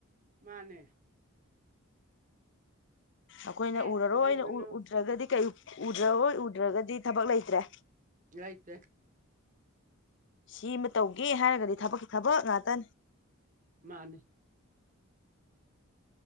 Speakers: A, on the right; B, on the left.
A: ꯃꯥꯅꯦ
B: ꯑꯩꯈꯣꯏꯅ
A: ꯑꯦ
B: ꯎꯔꯔꯣꯏꯅ
A: ꯀꯩꯗꯧꯗꯣꯏꯅꯣ
B: ꯎꯗ꯭ꯔꯒꯗꯤ ꯎꯗ꯭ꯔꯔꯣꯏ ꯎꯗ꯭ꯔꯒꯗꯤ ꯊꯕꯛ ꯂꯩꯇ꯭ꯔꯦ
A: ꯑꯥꯏꯇꯦ
B: ꯁꯤꯃ ꯇꯧꯒꯦ ꯍꯥꯏꯔꯒꯗꯤ ꯊꯕꯛꯀꯤ ꯊꯕꯛ ꯉꯥꯛꯇꯅꯤ
A: ꯃꯥꯅꯦ